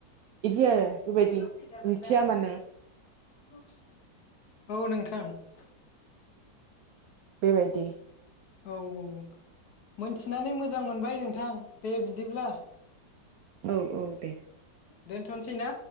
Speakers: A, on the right; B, on the left.
A: इदि
B: ए
A: आरो बेबायदि
B: नहा फैगाबाय
A: ओंथिया माने
B: ब औ नोंथां। थां।
A: बेबायदि।
B: औ औ मोनथिनानै मोजां मोनबाय नोंथां दे बिदिब्ला।
A: औ औ दे।
B: दोनथ'नोसै ना।